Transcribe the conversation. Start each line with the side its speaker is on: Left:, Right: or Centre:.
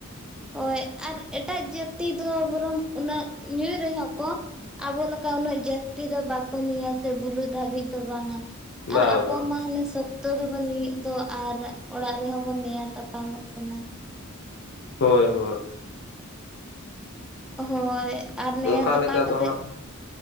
Centre: ᱦᱳᱭ, ᱟᱨ ᱮᱴᱟᱜ ᱡᱟᱹᱛᱤ ᱫᱚ ᱵᱚᱨᱚᱝ ᱩᱱᱟᱹᱜ ᱧᱩᱭ ᱨᱮᱦᱚᱸ ᱠᱚ ᱟᱵᱚ ᱞᱮᱠᱟ ᱩᱱᱟᱹᱜ ᱡᱟᱹᱥᱛᱤ ᱫᱚ ᱵᱟᱠᱚ ᱧᱩᱭᱟ ᱥᱮ, ᱵᱩᱞᱩᱜ ᱫᱷᱟᱹᱵᱤᱡ ᱫᱚ ᱵᱟᱝᱟ ᱾
Left: ᱵᱟ
Centre: ᱟᱨ ᱟᱵᱚ
Left: ᱵᱟᱝ
Centre: ᱢᱟ ᱦᱟᱱᱮ ᱥᱚᱠ ᱛᱚ ᱜᱮᱵᱚᱱ ᱧᱩᱭᱮᱜ ᱫᱚ ᱟᱨ ᱚᱲᱟᱜ ᱨᱮᱦᱚᱸ ᱵᱚᱱ ᱱᱮᱭᱟᱣ ᱛᱟᱯᱟᱢᱚᱜ ᱠᱟᱱᱟ ᱾
Left: ᱦᱳᱭ ᱦᱳᱭ ᱾
Centre: ᱦᱳᱭ, ᱟᱨ ᱱᱮᱭᱟ
Left: ᱚᱱᱠᱟ
Centre: ᱛᱟᱯᱟᱢ
Left: ᱞᱮᱠᱟ
Centre: ᱠᱟᱛᱮ
Left: ᱫᱚ ᱦᱟᱸᱜ